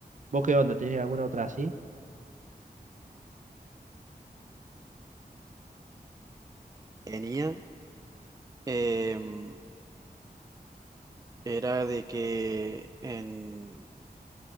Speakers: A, on the right (about 50°); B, on the right (about 20°).
A: ¿Vos qué onda? ¿Tenés alguna otra así?
B: tenía. em, era de que en,